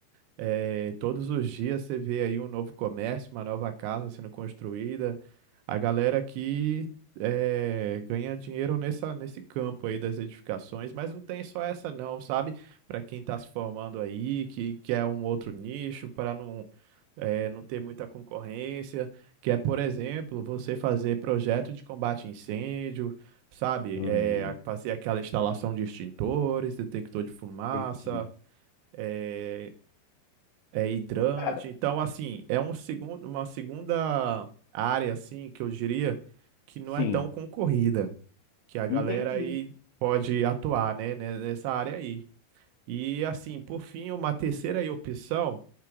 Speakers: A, on the right; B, on the left.
A: É, todos os dias você vê aí um novo comércio, uma nova casa sendo construída. A galera aqui é, ganha dinheiro nessa, nesse campo aí das edificações, mas não tem só essa não, sabe? Para quem está se formando aí, que quer um outro nicho, para não, é, não ter muita concorrência, que é, por exemplo, você fazer projeto de combate a incêndio, sabe?
B: hum,
A: É, fazer aquela instalação de extintores, detector de fumaça
B: entendi.
A: eh, é hidrante.
B: Cara,
A: Então, assim, é um segundo, uma segunda área, assim, que eu diria que não
B: sim,
A: é tão concorrida, que a galera
B: entendi.
A: aí pode atuar, né, né- nessa área aí. E, assim, por fim, uma terceira aí opção,